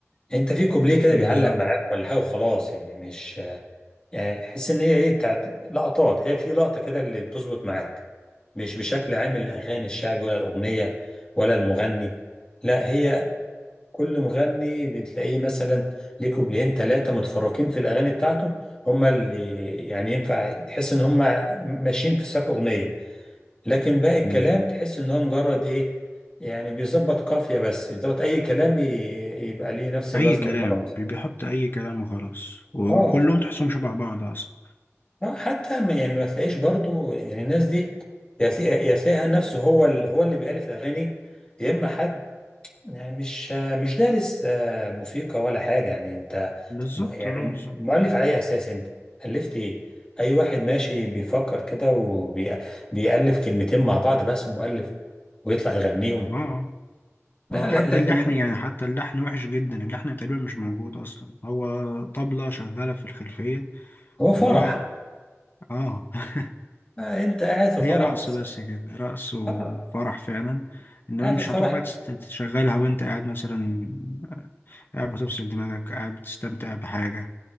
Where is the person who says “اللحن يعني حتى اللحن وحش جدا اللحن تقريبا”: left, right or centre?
Left